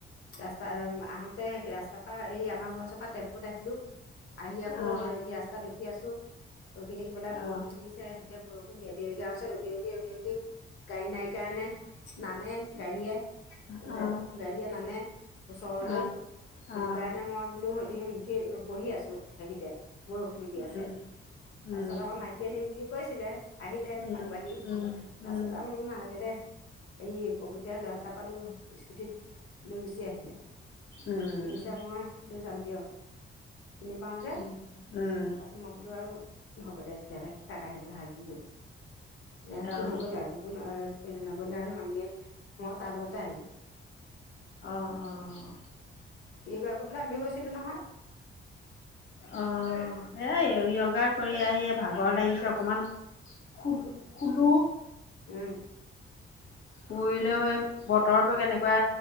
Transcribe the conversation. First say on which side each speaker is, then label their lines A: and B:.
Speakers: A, on the left; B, on the left.
A: ৰাস্তা আহ আহোতে হে ৰাস্তাৰ পৰা এই আমাৰ ঘৰৰ ওচৰৰ পৰা টেম্পুত আহিলো। আহি আকৌ
B: অ
A: হেৰি ৰাস্তাত খি আছোঁ ৰখি থাকি পেলাই বৰষুণ
B: অ
A: দিছে। যেতিয়া বৰষুণ দিয়া দেৰিকে হৈছে ৰখি ৰখি ৰখি ৰখি গাড়ী নাই কাৰণে নানে গাড়ীয়ে
B: অ
A: গা গাড়ীয়ে নানে ওচৰলৈ
B: অ
A: সেইটো
B: অ
A: কাৰণে মই বোলো। <unintelligible> বহি আছো গোতেই কেইটাই বৰষুণো দি
B: উম
A: আছে তাৰ
B: উম
A: পিছত আমাৰ ভাইটিয়ে নিম বুলি। কৈছিলে। আহিলে
B: উম
A: আগবাঢ়ি
B: উম
A: তাৰপিছত
B: উম
A: আমি বোলো নালাগে দে। এই পবিতৰাৰ ল'ৰা। এটা পালোঁ। স্কুটিত লৈ গুচি আহিলে
B: উম
A: ঠিক আছে মই লৈ যাম। দিয়ক। চিনি পাওঁ যে
B: উম,
A: তাৰপিছত মই বোলো আৰু। হ'ব দে তেতিয়া হ'লে সি তাক আহিবলৈ হাক দি দিওঁ। না সি
B: অ',
A: নগলে আৰু বুবুন আহ। নগ'লে আৰু আমিয়ে। মইয়ো তাৰ লগতে আহিলো।
B: অহ -অহ
A: ই কয় আকৌ বোলে আমিও গৈছিলো নহয়।
B: অ' সেই যোগা কৰি আহি ভাগৰ লাগিছে অকমান শু শুলো
A: উম।
B: পৰিলেও এই বতৰটো কেনেকুৱা